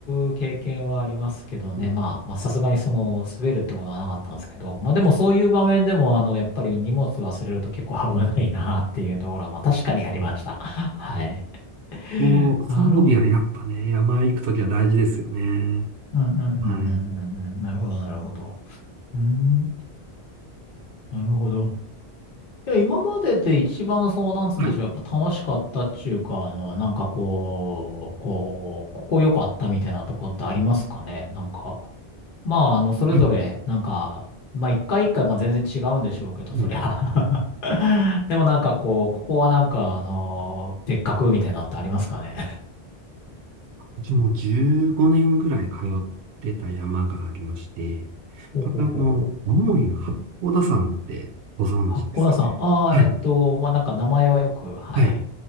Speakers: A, on the left; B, on the right.
A: う経験はありますけどね。
B: ん。
A: まあ、まあ、さすがにその、滑るってことはなかったんですけど。まあ、でもそういう場面でも、あの、やっぱり荷物忘れると結構危ないなっていうところは、まあ、確かにありました。<laughs> はい。<laughs>
B: もう、装備はやっぱね、
A: なるほど。
B: 山行くときは大事ですよね。
A: うんうんうんうんうんうん。
B: はい。
A: なるほど、なるほど。うん。なるほど。いや、今までで一番そう、なんつうんでしょう。
B: はい。
A: やっぱ楽しかったっていうか、あの、なんかこう、こう、ここ良かったみたいなとこってありますかね。なんか。まあ、あの、それぞれ、
B: はい。
A: なんか、まあ、一回一回、まあ、全然違うんでしょうけど、そりゃ。
B: はい
A: <laughs> でもなんかこう、ここはなんか、あのーでっかくみたいなのってありますかね。
B: 私もう15年ぐらい通ってた山がありまして、
A: ほうほうほうほう。
B: これあの、青森の八甲田山ってご存知ですかね。
A: 八甲田山。ああ、
B: はい。
A: えっと、まあ、なんか名前はよく、はい。
B: はい。